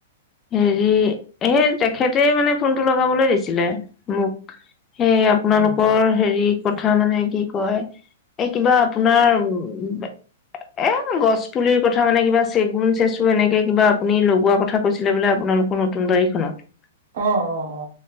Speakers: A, on the left; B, on the right.
A: হেৰি এই তেখেতে মানে ফোনটো লগাবলৈ দিছিলে মোক। সেই আপোনালোকৰ-
B: হয় নেকি
A: হেৰি কথা মানে কি কয় এই কিবা আপোনাৰ উ এ' গছ পুলিৰ কথা মানে কিবা চেগুন, চেচু এনেকে কিবা আপুনি লগোৱা কথা কৈছিলে বোলে আপোনালোকৰ নতুন বাৰিখনত।
B: অ অ অ।